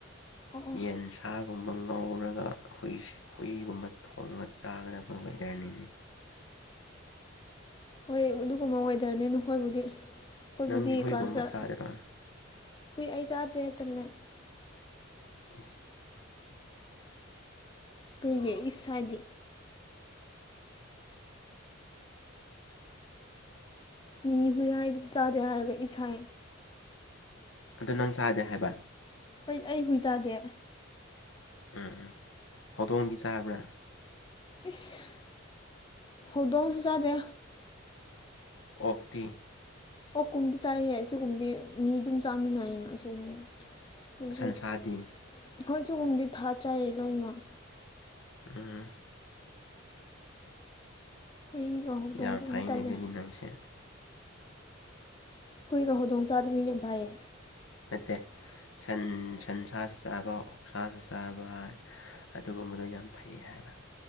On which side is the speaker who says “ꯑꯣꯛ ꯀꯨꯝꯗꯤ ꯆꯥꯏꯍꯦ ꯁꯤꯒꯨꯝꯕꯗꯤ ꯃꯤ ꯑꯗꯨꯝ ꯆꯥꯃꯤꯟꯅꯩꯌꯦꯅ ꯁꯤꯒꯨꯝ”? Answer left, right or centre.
Left